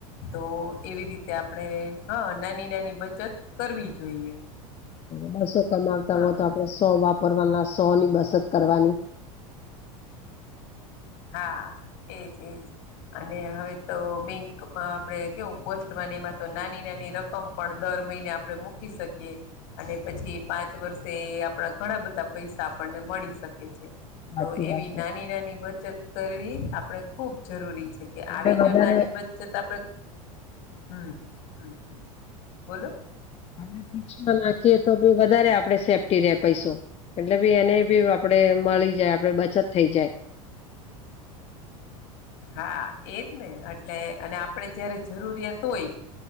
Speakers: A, on the left; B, on the left.
A: તો- - એવી રીતે આપણેે હા નાની નાની બચત કરવી. જોઈએ
B: બસો કમાવતા
A: હા
B: હોય તો આપડણે સો વાપરવાના સો ની બસત કરવાની.
A: હા એજ એજ અને હવે- - તો બેંકમાં આપણે કેવું પોસ્ટમાંની એમાં તો નાની નાની રકમ પણ દર મહિને આપણે મૂકી શકીએ- - અને પછી પાંચ વર્ષે આપણા ઘણા બધા પૈસા આપણને મળી શકે છે.
B: સાચી
A: તો એવી
B: વાત છે
A: નાની નાની બચત કરવી આપડણે ખુબ- - જરૂરી છે, કે
B: આપડે
A: આવી
B: વધારે
A: જો નાની બચત આપણે હમ હમ- - બોલો?
B: આપડ ફિક્સમાં નાખીએ તો ભી વધારે આપડે સેફ્ટી રે પૈસો- - એટલે બી એને બી આપડે મળી જાય આપડે બચત થઈ જાય.
A: હા એજ ને એટલે અને આપડે જયારે જરૂરિયાત હોય